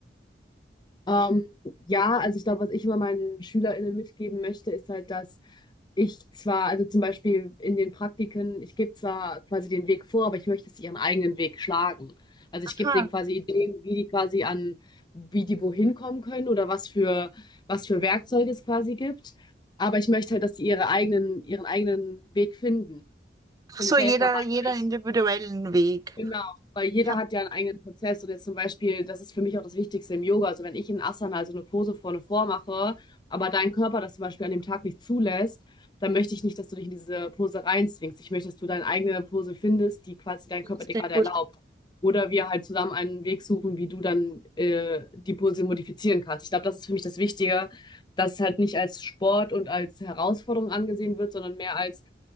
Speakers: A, on the left (about 25°); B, on the right (about 20°).
A: Ähm, ja, also ich glaube, was ich immer meinen SchülerInnen mitgeben möchte, ist halt, dass ich zwar, also zum Beispiel in den Praktiken, ich gebe zwar quasi den Weg vor, aber ich möchte, dass sie ihren eigenen Weg schlagen. Also
B: Aha.
A: ich gebe denen quasi Ideen, wie die quasi an, wie die wohin kommen können oder was für, was für Werkzeuge es quasi gibt. Aber ich möchte halt, dass sie ihre eigenen, ihren eigenen Weg finden.
B: Ach
A: Und
B: So
A: ich helfe
B: jeder,
A: dabei
B: jeder
A: halt
B: individuellen Weg.
A: Genau, weil jeder
B: Ja,
A: hat ja einen eigenen Prozess und jetzt zum Beispiel, das ist für mich auch das Wichtigste im Yoga. Also wenn ich in Asana also eine Pose vorne vormache, aber dein Körper das zum Beispiel an dem Tag nicht zulässt, dann möchte ich nicht, dass du dich in diese Pose reinzwingst. Ich möchte, dass du deine eigene Pose findest, die quasi dein Körper
B: sehr
A: dir gerade
B: gut.
A: erlaubt. Oder wir halt zusammen einen Weg suchen, wie du dann äh, die Pose modifizieren kannst. Ich glaube, das ist für mich das Wichtige, dass es halt nicht als Sport und als Herausforderung angesehen wird, sondern mehr als